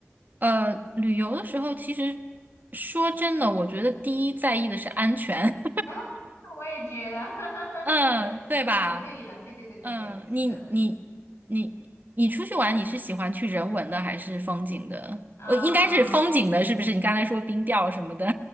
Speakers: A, on the right (about 40°); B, on the left (about 70°).
A: 呃，旅游的时候其实说真的，我觉得第一在意的是安全，
B: <laughs> 啊，我也觉得，<laughs>
A: <laughs> 嗯，对吧？
B: 说的太对了，对对对对对，
A: 嗯，
B: 是的，
A: 你你你你出去玩，你是喜欢去人文的还是风景的？
B: 啊、
A: 呃，应该是风景的，是不是？你刚才说冰钓什么的，